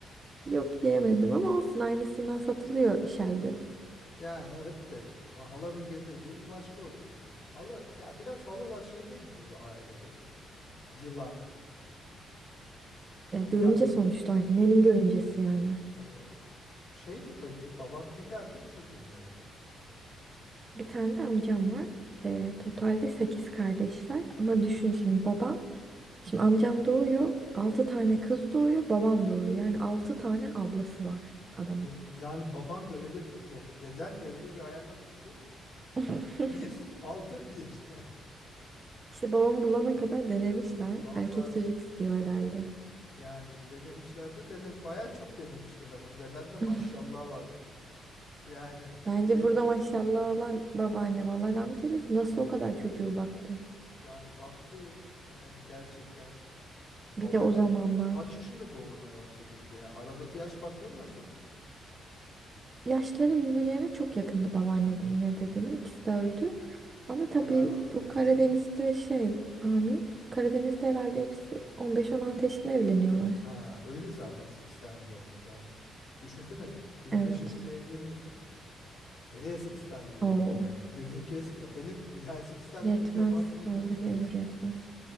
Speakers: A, on the right (about 30°); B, on the left (about 60°).
A: Yok yiyemedim ama olsun aynısından satılıyor Shell'de.
B: Yani evet de o halanın getirdiği bir başka olurdu sanırım. Hala ya biraz halalar şey değil mi böyle ailede? Yılan.
A: Ya görümce
B: Yılan
A: sonuçta annenin görümcesi yani.
B: evet. Şey mi peki baban tek erkek çocuğu mu evde?
A: Bir tane de amcam var. Ee, totalde 8 kardeşler. Ama düşün şimdi babam. Şimdi amcam doğuyor. altı tane kız doğuyor. Babam doğuyor. Yani 6 tane ablası var adamın.
B: Ya- yani baban da öyle yok deden de öyle bir ayarlamış ki.
A: <laughs>
B: Bir altı bir.
A: İşte babamı bulana kadar denemişler.
B: <laughs> Vallahi
A: Erkek çocuk istiyor herhalde.
B: Yani denemişler de dene bayağı çok denemişler ama deden de maşallah
A: <laughs>
B: varmış. <laughs> Yani
A: Bence
B: e,
A: burada maşallah olan babaannem Allah rahmet eylesin. Nasıl o kadar çocuğu baktı?
B: yani baktı yani gerçekten.
A: Bir
B: Babaannen
A: de o zamanlar.
B: de kaç yaşında doğurmaya başladı bir de yani aradaki yaş farkları nasıl?
A: Yaşları birbirlerine çok yakındı babaannemle dedemin. İkisi de öldü. Ama tabii
B: Allah rahmet
A: bu
B: eylesin.
A: Karadeniz'de şey, amin. Karadeniz'de herhalde hepsi 15-16 yaşında evleniyorlar.
B: Ha öyle zaten 8 tane doğurmuş yani. Düşünsene 25
A: Evet.
B: yaşında evleniyorsun. Nereye 8 tane doğuruyorsun
A: Oo,
B: ya? Gözün kesmiyor. Benim <laughs> yani 8 tane
A: yetmez.
B: çocuğa bakmaya gözüm
A: Vallahi
B: kesmiyor.
A: ömür yetmez.